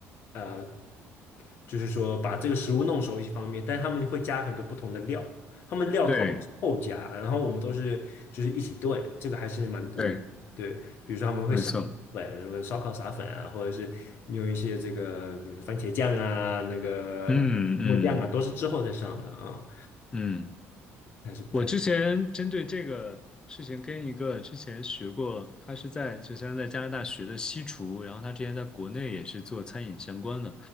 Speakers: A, on the left (about 45°); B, on the left (about 15°).
A: 呃，就是说把这个食物弄熟一方面，但他们会加很多不同的料，他们料通常是后加，
B: <laughs> 对
A: 然后我们都是就是一起炖，这个还是蛮不一样的对，
B: 对，
A: 比如说他们会撒粉，
B: 没错。
A: 如果烧烤撒粉啊，或者是用一些这个，比如说番茄酱啊，那个木酱啊，
B: 嗯嗯。
A: 都是之后再上的啊。
B: 嗯，
A: 还是不太，
B: 我之前针对这个事情跟一个之前学过，他是在就像在加拿大学的西厨，然后他之前在国内也是做餐饮相关的，